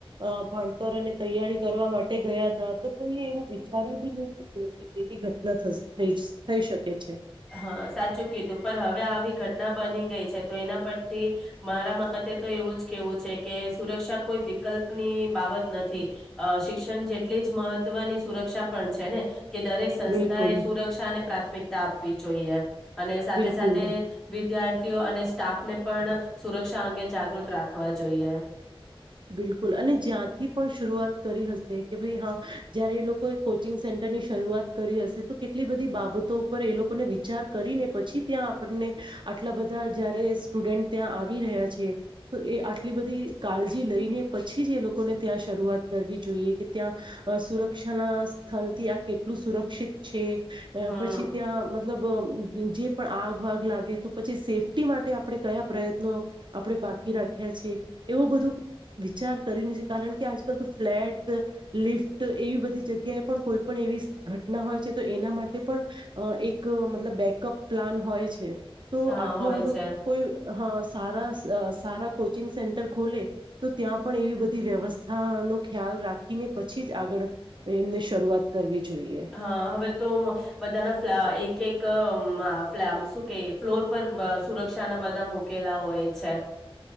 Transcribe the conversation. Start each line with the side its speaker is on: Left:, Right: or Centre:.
Right: અ ભણ તર અને તૈયારી કરવા માટે ગયા, હતા તો કોઈ એવું વિચાર્યું બી નહી, એવી ઘટના થશે થશ, થઈ શકે છે.
Centre: હા, સાચું કીધું પણ હવે, આવી ઘટના બની ગઈ છે. તો એના પરથી મારા મતે તો એવું જ કેવું છે, કે સુરક્ષા કોઈ વિકલ્પની બાબત નથી, શિક્ષણ જેટલી જ મહત્વની સુરક્ષા પણ છેને. કે દરેક સંસ્થા,
Right: બિલકુલ
Centre: એ સુરક્ષા અને પ્રાથમિકતા આપવી જોઈએ અને સાથે,
Right: બિલકુલ
Centre: સાથે વિદ્યા ર્થીઓ અને સ્ટાફને પણ સુરક્ષા અંગે જાગૃત રાખવા જોઈએ
Right: બિલકુલ અને જ્યાંથી પણ શરૂઆત કરી હશે કે ભાઈ હા જયારે એ લો કોએ કોચિંગ સેન્ટરની શરૂઆત કરી હશે તો કેટલી બધી બાબતો ઉપર એ લોકોને વિચાર કરીને પછી ત્યાં આપણને આટલા બધા જયારે સ્ટુડન્ટ ત્યાં આવી રહ્યા છે તો એ આટલી બધી થી કાળ જી લઈને પછી જ એ લોકોને ત્યાં શરૂઆત કરવી જોઈએ કે ત્યાં સુરક્ષાના સ્થ લથી આ કેટલું સુરક્ષિત છે
Centre: હમ
Right: પછી ત્યાં મ મતલબ જે પણ આગ વાગ લાગે તો પછી સેફ્ટી માટે આપણે કયા પ્રયત્નો આપણે બાકી રાખ્યા છે એવું બધું વિચાર કરીને છે કારણ કે આજકાલ તો ફ્લેટ લિફ્ટ એવી બધી જગ્યાએ પણ કોઈ પણ એવી ઘટના હોય છે તો એના માટે પણ એક મતલબ બેકઅપ પ્લાન હોય છે તો
Centre: હા
Right: આટલો
Centre: હોય
Right: બધો
Centre: છે
Right: કોઈ હા સારા સારા કોચિંગ સેન્ટર ખોલે તો ત્યાં પણ એવી બધી વ્યવસ્થા નો ખ્યાલ રાખીને પછી જ આગળ એમને શરૂઆત કરવી જોઈએ
Centre: હા હવે તો બધાના ફ્લા એક એક ક અમ મા ફ્લા શું કે ફ્લોર પર સુરક્ષાના બધા મુકેલા હોય છે